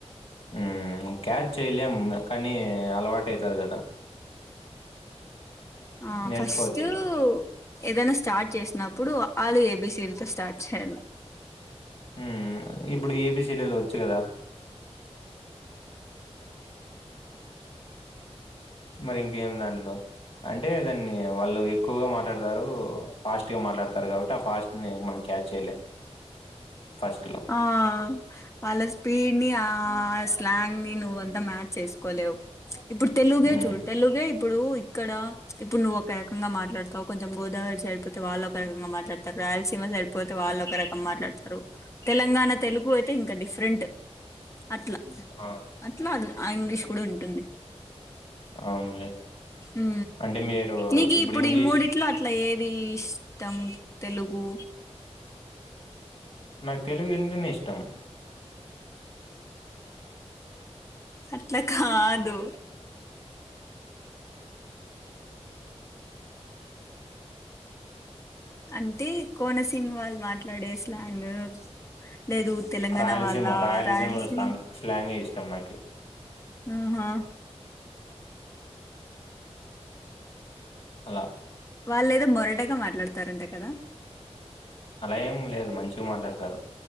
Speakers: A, on the left; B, on the left.
A: మ్మ్ క్యాచ్ చేయలేం కానీ అలవాటు అయ్యితది కదా
B: ఆ
A: నేర్చుకోవచ్చు
B: ఫస్ట్ ఏదైనా స్టార్ట్ చేసినప్పుడు అ ఆ లు ఏ బి సీ లతో స్టార్ట్ చేయాల
A: మ్మ్ ఇప్పుడు ఏ బి సీ డి లు వచ్చు కదా మరి ఇంకేమి దాంట్లో అంటే దాన్ని వాళ్ళు ఎక్కువగా మాట్లాడతారు ఫాస్ట్ గా మాట్లాడతారు కాబట్టి ఆ ఫాస్ట్ ని మనం క్యాచ్ చేయలేము ఫస్ట్ లో
B: ఆ వాళ్ళ స్పీడ్ ని ఆ స్లాంగ్ ని నువ్వు అంతా మ్యాచ్ చేసుకోలేవు ఇప్పుడు తెలుగుగే
A: హ్మ్.
B: చూడుతేలు లేబ్ ఇప్పుడు ఇక్కడ ఇప్పుడు నువ్వు ఒక రకంగా మాట్లాడతావు కొంచెం గోదావరి సైడ్ పోతే వాళ్ళు ఒక రకంగా మాట్లాడతారు రాయల్స ఇమ్మ సరిపోతే వాళ్ళ ఒక రకం మాట్లాడతారు తెలంగాణ తెలుగు అయితే ఇంకా డిఫ్ ఫ్రెంట్ అట్లా
A: ఆ!
B: అట్లా అదూర్ ఆ ఇంగ్లీష్ కూడ్ ఉంటుంది
A: అవునులే.
B: ఉ
A: అంటే మీరు
B: నీకు ఇప్పుడు
A: ఇంగ్లీష్
B: ఈ మూడిట్లో అట్లా ఏర్ తి ఇష్టం తెలుగు
A: నాకు తెలుగు ఏంటనే ఇష్టం
B: అట్లా కాదు అంటే కోనసీమ వాళ్ళు మాట్లాడే స్లాంగ్ లేదు తెలంగాణ
A: రాయలసీమ్
B: వాళ్ళ
A: రాయల్సీమ్
B: రాయలసీమ
A: సాంగ్ స్లాంగ్ ఇది <unintelligible> నాకి
B: ఆహా
A: అలా
B: వాళ్ళు ఏదో మొరటగా మాట్లాడతారంట కదా
A: అలా ఏం లేదు మంచి మాట్లాడతారు